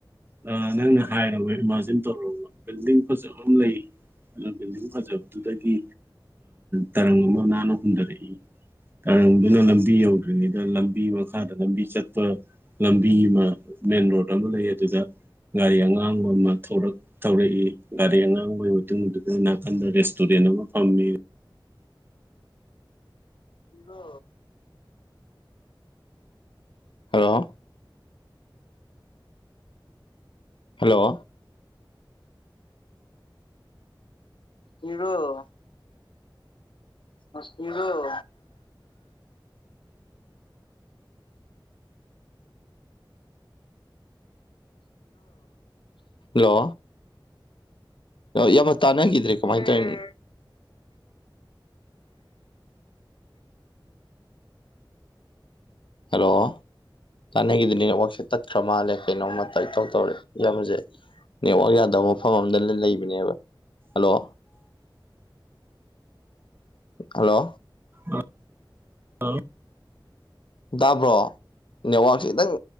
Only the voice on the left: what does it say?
ꯏꯗꯣ ꯍꯜꯂꯣ ꯍꯜꯂꯣ ꯔꯣ ꯃꯁꯇꯒꯣ ꯍꯜꯂꯣ ꯌꯥꯝꯃ ꯇꯥꯟꯅꯈꯤꯗ꯭ꯔꯦ ꯀꯃꯥꯏꯅ ꯇꯧꯔꯤꯅꯣ ꯍꯜꯂꯣ ꯍꯥꯟꯅꯩꯒꯤꯗꯤ ꯅꯦꯠꯋꯥꯛꯁꯦ ꯇꯠꯈ꯭ꯔ ꯃꯥꯜꯂꯦ ꯀꯩꯅꯣꯝꯃꯇ ꯏꯇꯧ ꯇꯧꯔꯦ ꯏꯁꯦ ꯅꯦꯠꯋꯥꯛ ꯌꯥꯗꯦ ꯃꯐꯝ ꯑꯃꯗ ꯂꯩꯕꯅꯦꯕ ꯍꯜꯂꯣ ꯍꯜꯂꯣ
ꯇꯥꯕ꯭ꯔꯣ ꯅꯦꯠꯋꯥꯔꯛꯁꯦ ꯈꯤꯇꯪ